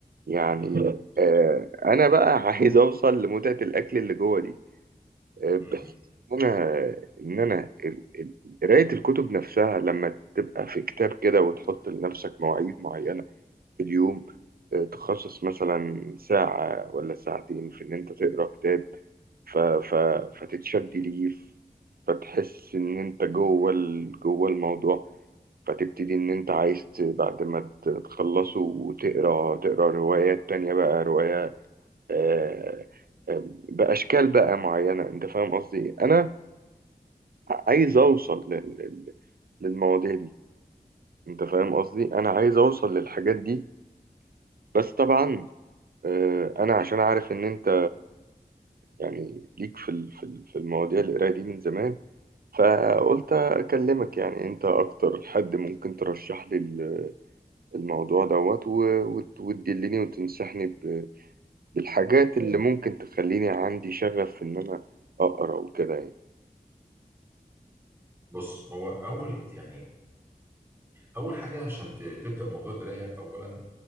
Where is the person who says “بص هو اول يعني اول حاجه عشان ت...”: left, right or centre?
Right